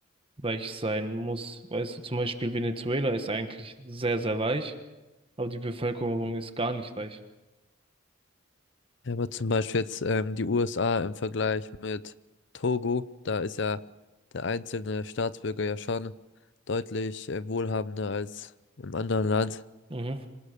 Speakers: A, on the right; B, on the left.
A: weich sein muss. Weißt du, zum Beispiel Venezuela ist eigentlich sehr, sehr weich, aber die Bevölkerung ist gar nicht weich.
B: Ja, aber zum Beispiel jetzt ähm, die USA im Vergleich mit Togo, da ist ja der einzelne Staatsbürger ja schon deutlich äh, wohlhabender als im anderen Land.
A: Mhm.